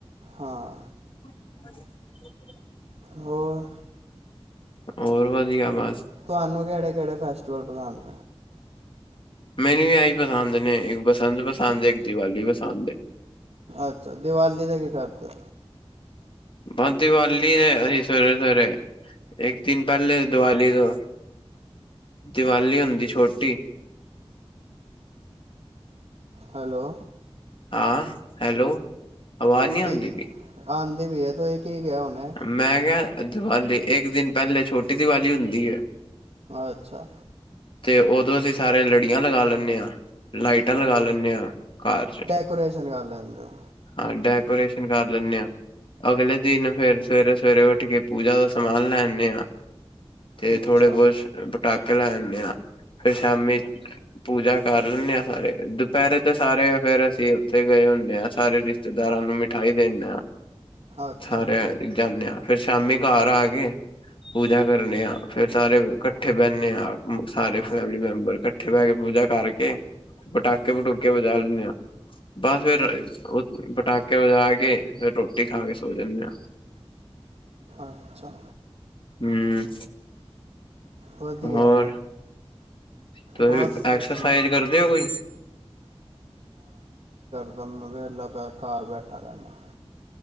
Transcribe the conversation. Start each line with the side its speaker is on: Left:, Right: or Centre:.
Right: ਹਾਂ,
Left: ਹ <unintelligible>
Right: ਹੋਰ?
Left: ਹੋਰ ਵਧੀਆ ਬਸ,
Right: ਤੁਹਾਨੂੰ ਕਿਹੜੇ-ਕਿਹੜੇ ਫੈਸਟੀਵਲ ਪਸੰਦ ਐ?
Left: ਮੈਨੂੰ ਵੀ ਆਹੀ ਪਸੰਦ ਨੇ ਇੱਕ ਬਸੰਤ ਪਸੰਦ ਇੱਕ ਦੀਵਾਲੀ ਪਸੰਦ ਐ।
Right: ਅੱਛਾ ਦੀਵਾਲੀ ਦਾ ਕੀ ਕਰਦੇ ਔ?
Left: ਬਸ ਦੀਵਾਲੀ ਦੇ ਅਸੀਂ ਸਵੇਰੇ ਸਵੇਰੇ, ਇੱਕ ਦਿਨ ਪਹਿਲੇ ਦੀਵਾਲੀ ਤੋਂ, ਦੀਵਾਲੀ ਹੁੰਦੀ ਛੋਟੀ,
Right: ਹੈਲੋ,
Left: ਹਾਂ ਹੈਲੋ, ਆਵਾਜ਼ ਨਹੀਂ
Right: ਕੀ
Left: ਆਉਂਦੀ ਪਈ।
Right: ਆਂਦੀ ਪੀਆ ਤੁਸੀ ਕੀ ਕਿਹਾ ਹੁਨੇ,
Left: ਮੈਂ ਕਿਹਾ ਦੀਵਾਲੀ ਇੱਕ ਦਿਨ ਪਹਿਲੇ ਛੋਟੀ ਦੀਵਾਲੀ ਹੁੰਦੀ ਹੈ।
Right: ਅੱਛਾ।
Left: ਤੇ ਉਦੋਂ ਅਸੀਂ ਸਾਰੇ ਲੜੀਆਂ ਲਗਾ ਲੈਂਨੇ ਆ ਲਾਈਟਾਂ ਲਗਾ ਲੈਂਦੇ ਆ। ਘਰ ਚ
Right: ਡਕੋਰੇਸ਼ਨ ਕਰ ਲੈਂਦੇ ਔ।
Left: ਹਾਂ ਡੈਕੋਰੇਸ਼ਨ ਕਰ ਲੈਂਦੇ ਹਾਂ, ਅਗਲੇ ਦਿਨ ਫੇਰ ਸਵੇਰੇ, ਸਵੇਰੇ ਉੱਠ ਕੇ ਪੂਜਾ ਦਾ ਸਮਾਨ ਲੈਣੇ ਆ ਤੇ
Right: ਅੱਛਾ
Left: ਥੋੜੇ ਬਹੁਤ ਸ਼ਕ ਪਟਾਕੇ ਲੈ ਲੈਂਦੇ ਆ ਫੇਰ ਸ਼ਾਮੀ ਪੂਜਾ ਕਰ ਲੈਂਦੇ ਆ ਸਾਰੇ ਫੇਰ ਦੁਪਹਿਰੇ ਤੇ ਸਾਰੇ ਫੇਰ ਅਸੀਂ ਉੱਥੇ ਗਏ ਹੁੰਦੇ ਹਾਂ ਸਾਰੇ ਰਿਸ਼ਤੇਦਾਰਾਂ ਨੂੰ ਮਿਠਾਈ ਦਿੰਦੇ ਹਾਂ।
Right: ਅੱਛਾ
Left: ਸਾਰੇ ਜਾਨੇ ਆ ਫਰ ਸ਼ਾਮੀ ਘਰ ਆ ਕੇ ਪੂਜਾ ਕਰਨੇ ਆ ਫੇਰ ਸਾਰੇ ਇਕੱਠੇ ਬਹਿੰਨੇ ਆ ਸਾਰੇ ਫੈਮਲੀ ਮੈਂਬਰ ਇਕੱਠੇ ਬਹਿ ਕੇ ਪੂਜਾ ਕਰਕੇ ਪਟਾਕੇ ਪਟੂਕੇ ਵਜਾ ਲੈਂਦੇ ਆ ਬਸ ਫਿਰ ਪਟਾਕੇ ਵੱਜਾ ਕੇ ਫਿਰ ਰੋਟੀ ਖਾ ਕੇ ਸੋ ਜਾਨੇ ਆ
Right: ਅੱਛਾ
Left: ਹੂੰ,
Right: ਵਧੀਆ
Left: ਹੋਰ ਤੁਸੀਂ
Right: ਬਸ ਕੁਛ
Left: ਐਕਸਰਸਾਈਜ਼
Right: ਨਹੀਂ
Left: ਕਰਦੇ ਹੋ ਕੋਈ?
Right: ਮੇ ਵਹਿਲਾ ਘਰ ਬੈਠਾ ਰਹਿੰਦਾ।